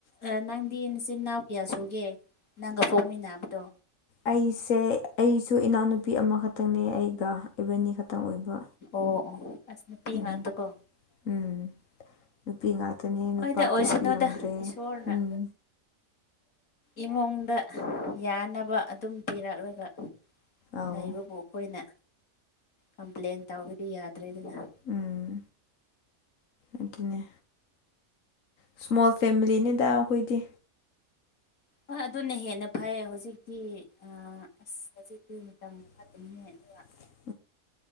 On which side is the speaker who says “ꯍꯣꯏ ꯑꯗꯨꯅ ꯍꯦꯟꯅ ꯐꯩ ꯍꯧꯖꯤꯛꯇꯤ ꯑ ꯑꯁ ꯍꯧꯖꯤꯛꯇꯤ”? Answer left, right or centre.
Left